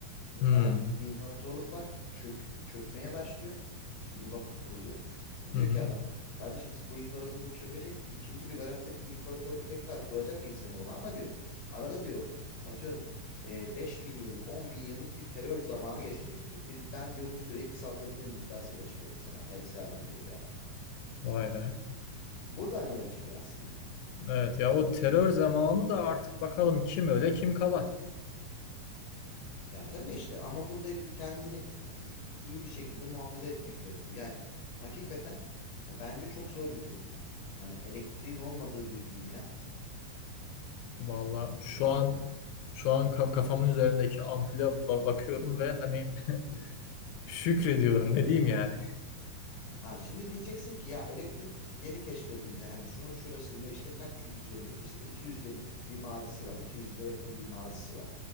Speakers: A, on the left; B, on the left.
A: O
B: Hı
A: galaktik
B: hı.
A: bir imparatorluk var. Çök, çökmeye başlıyor. İşte bir vakıf kuruluyor. Ha, diyor
B: hı.
A: ki adam kardeşim bu imparatorluk çökecek. ikinci bir galaktik imparatorluk tekrar kuracak insanoğlu ama diyor. Arada diyor atıyorum e, 5000 yıllık 10 bin yıllık bir terör zamanı geçecek diyor. Biz, ben diyor bu süreyi kısaltabilirim iddiasıyla çıkıyor mesela. Harry Seldon diye bir adam.
B: Vay be.
A: Buradan yola çıkıyor aslında
B: Evet ya o terör zamanı da artık bakalım kim öle kim kala.
A: Ya tabii işte ama burada kendini iyi bir şekilde muhafaza etmek gerekiyor. Yani hakikaten bence çok zor bir durum ya. Yani elektriğin olmadığı bir dünya
B: Valla şu
A: neyin şekli?
B: an şu an ka- kafamın üzerindeki ampule ba- bakıyorum ve hani
A: Hı hı.
B: <laughs> şükrediyorum ne diyeyim yani.
A: Ha, şimdi diyeceksin ki ya elektrik yeni keşfedildi. Hani şunun şurasında işte kaç yüzyıllık işte 200 yıllık bir mazisi var. 200 yıla yakın bir mazisi var